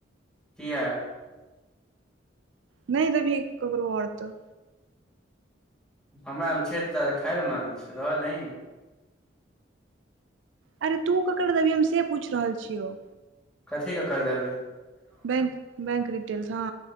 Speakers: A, in the centre; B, on the right (about 75°).
A: किया
B: नय देभी ककरो और त
A: हमरा मे छै त तोरा खााय लए माँगै छै रहऽ दही न
B: अरे तू ककर दभी हम से पूछ रहल छियौ
A: कथीे ककर देबै
B: बैक बैंक डीटेेलस हँ